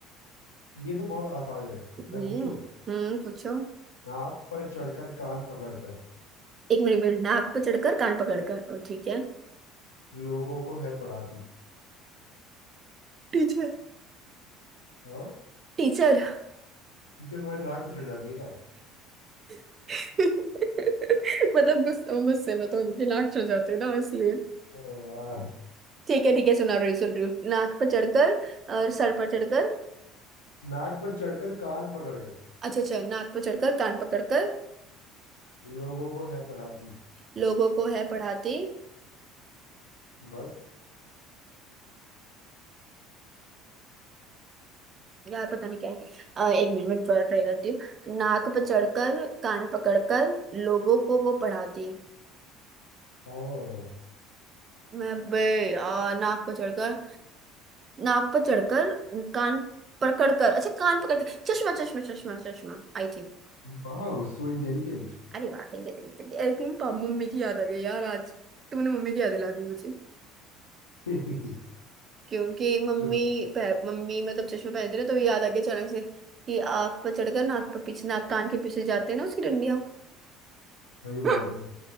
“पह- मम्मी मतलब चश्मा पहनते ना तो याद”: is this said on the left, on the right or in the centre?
Right